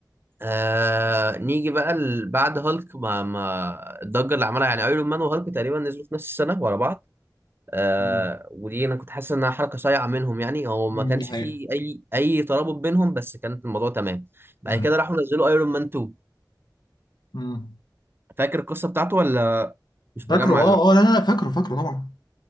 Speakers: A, on the right; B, on the left.
A: آه نيجي بقى ال- بعد هالك ما ما الضجه اللي عملها يعني ايرون مان وهالك تقريبا نزلوا في نفس السنه ورا بعض آه
B: مم.
A: ودي انا كنت حاسس انها حركه صايعه منهم يعني هو
B: مم،
A: ما كانش
B: دي حقيقة
A: فيه اي اي ترابط بينهم بس كانت الموضوع تمام بعد
B: دي حقيقة.
A: كده راحوا نزلوا ايرون مان 2
B: مم.
A: فاكر القصه بتاعته ولا مش
B: فاكره
A: مجمع
B: اه
A: اللحظه
B: اه لا لا لا فاكره فاكره طبعا